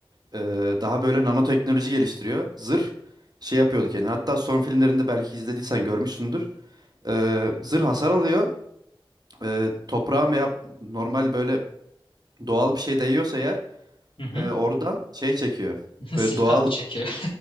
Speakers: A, on the right (about 45°); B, on the left (about 70°).
A: Ee, daha böyle nanoteknoloji geliştiriyor. Zırh şey yapıyordu kendine. Hatta son filmlerinde belki izlediysen görmüşsündür. Ee, zırh hasar alıyor. Ee, toprağa veya normal böyle doğal bir şey değiyorsa eğer
B: Hı hı.
A: e, oradan şey çekiyor.
B: hı.
A: Böyle
B: <laughs> Silikat
A: doğal
B: mı çekiyor?